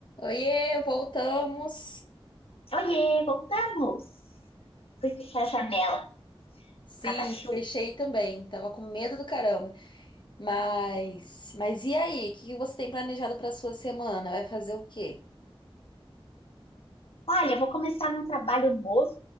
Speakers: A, on the left; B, on the left.
A: Oiê, voltamos!
B: Oiê, voltamos! Fui fechar a janela
A: Sim,
B: por causa da chuva.
A: fechei também. Tava com medo do caramba. Mas, mas e aí? O que que você tem planejado para sua semana? Vai fazer o quê?
B: Olha, eu vou começar um trabalho novo,